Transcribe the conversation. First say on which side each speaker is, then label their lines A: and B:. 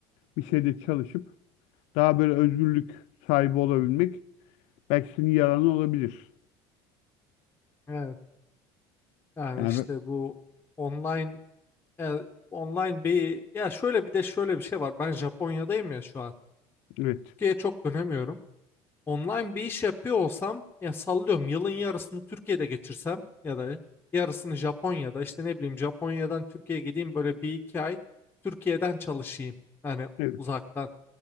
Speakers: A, on the left; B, on the left.
A: bir şeyde çalışıp daha böyle özgürlük sahibi olabilmek belki senin yararına olabilir.
B: Evet, yani
A: Yani
B: işte
A: ben-
B: bu online e, online bir ya şöyle bir de şöyle bir şey var. Ben Japonya'dayım ya şu an.
A: evet,
B: Türkiye'ye çok dönemiyorum. online bir iş yapıyor olsam ya sallıyorum yılın yarısını Türkiye'de geçirsem ya da yarısını Japonya'da işte ne bileyim Japonya'dan Türkiye'ye gideyim böyle bir iki ay Türkiye'den çalışayım yani
A: evet,
B: uzaktan.